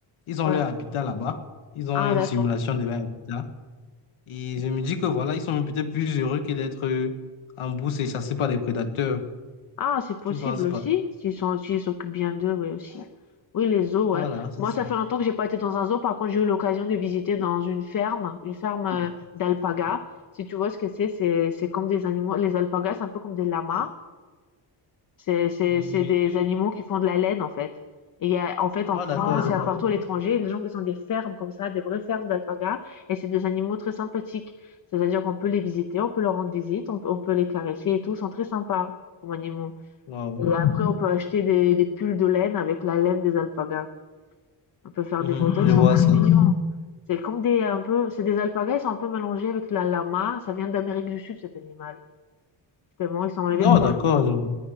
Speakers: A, on the left; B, on the left.
A: ils ont
B: Ouais.
A: leur habitat là-bas. Ils ont
B: Ah,
A: une
B: d'accord.
A: simulation de leur habitat. Et je me dis que voilà, ils sont même peut-être plus heureux que d'être euh, en bourse et chassés par des prédateurs.
B: Ah, c'est possible
A: Tu ne penses
B: aussi.
A: pas?
B: S'ils sont... S'ils s'occupent bien d'eux, oui, aussi. Oui, les zoos, ouais.
A: Voilà, c'est
B: Moi,
A: ça.
B: ça fait longtemps que j'ai pas été dans un zoo. Par contre, j'ai eu l'occasion de visiter dans une ferme, une ferme euh, d'alpagas. Si tu vois ce que c'est, c'est c'est comme des animaux. Les alpagas, c'est un peu comme des lamas. C'est c'est
A: Mhm.
B: c'est des animaux qui font de la laine, en fait. Et il y a en fait, en
A: Ah,
B: France,
A: d'accord, je
B: il
A: vois.
B: y a partout à l'étranger, les gens qui ont des fermes comme ça, des vraies fermes d'alpagas, et c'est des animaux très sympathiques. C'est-à-dire qu'on peut les visiter, on peut leur rendre visite, on, on peut les caresser et tout, ils sont très sympas comme animaux.
A: Wow.
B: Et après, on peut acheter des, des pulls de laine avec la laine des alpagas. On peut faire
A: Mhm,
B: des photos,
A: je
B: ils
A: vois
B: sont très
A: ça.
B: mignons. C'est comme des un peu, c'est des alpagas, ils sont un peu mélangés avec la lama. Ça vient d'Amérique du Sud, cet animal. Justement, ils sont enlevés
A: Non,
B: pour.
A: d'accord. je vois.